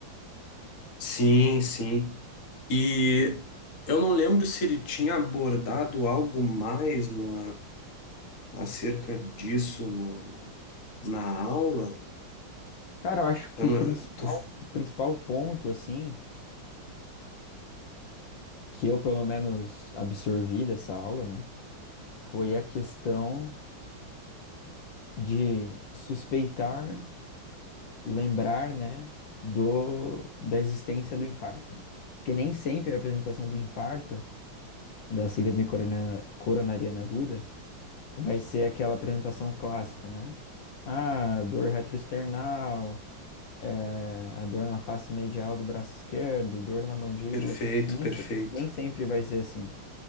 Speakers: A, on the left; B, on the left.
A: Sim, sim. E eu não lembro se ele tinha abordado algo mais no, acerca disso no- na aula.
B: Cara, eu acho que
A: Eu
B: o
A: não,
B: principal,
A: tô-
B: o principal ponto, assim, que eu pelo menos absorvi dessa aula, né, foi a questão de suspeitar, lembrar, né, do, da existência do infarto, né? Porque nem sempre a apresentação do infarto, da síndrome corona- coronariana aguda, vai ser aquela apresentação clássica, né? Ah, dor retroesternal, eh, a dor na face medial do braço esquerdo, dor na mandíbula.
A: perfeito,
B: Nem,
A: perfeito.
B: se- nem sempre vai ser assim.